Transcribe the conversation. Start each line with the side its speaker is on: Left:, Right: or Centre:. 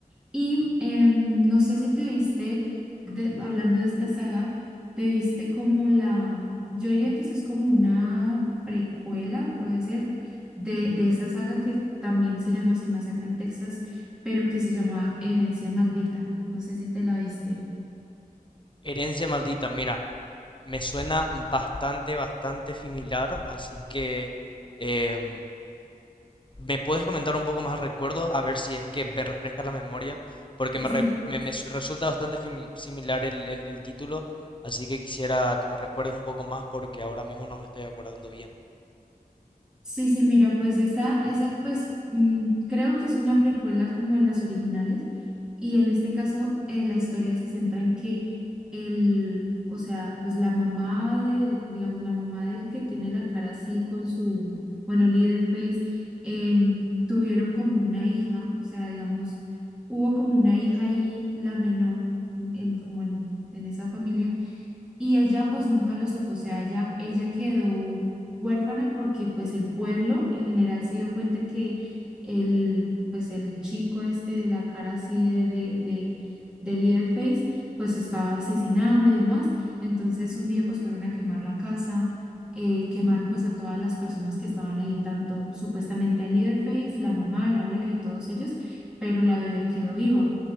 Centre: Y em, no sé si te viste, de- hablando de esta saga, te viste como la, yo diría que eso es como una precuela, puede ser, de, de esa saga que también se llama así Masacre en Texas, pero que se llama Herencia Maldita. No sé si te la viste.
Left: Herencia maldita, mira, me suena bastante, bastante similar, así que eh, ¿Me puedes comentar un poco más al recuerdo? A ver si es que me refresca la memoria, porque
Centre: Sí,
Left: me,
Centre: sí,
Left: re- me- me su- resulta bastante fimi- similar el, el- el título, así que quisiera que me recuerdes un poco más porque ahora mismo no me estoy acordando bien.
Centre: Sí, sí, mira, pues esa, esa, pues mm, creo que es una precuela como de las originales y en este caso eh, la historia se centra en que el, o sea, pues la mamá de, digamos, la mamá del que tiene la cara así con su, bueno, líder face, em, tuvieron como una hija, o sea, digamos, hubo como una hija y la menor en, en- como en en esa familia y ella pues nunca lo supo, o sea, ella, ella quedó huérfana porque pues el pueblo en general se dio cuenta que el, pues el chico este de la cara así de, de, de, de Leatherface pues estaba asesinando y demás. Entonces un día pues fueron a quemar la casa, eh, quemaron pues a todas las personas que estaban ahí, tanto supuestamente a Leatherface, la mamá, la abuela de todos ellos, pero la bebé quedó viva.